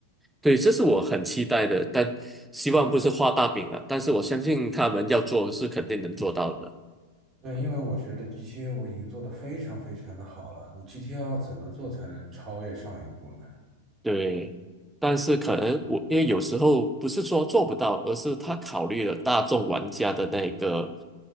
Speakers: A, in the centre; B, on the right.
A: 对，这是我很期待的，但希望不是画大饼了。但是我相信他们要做是肯定能做到的。
B: 对，因为我觉得 GTA 五已经做得非常非常的好了，你 GTA 要怎么做才能超越上一步呢？
A: 对，但是可能我因为有时候不是说做不到，而是他考虑了大众玩家的那个，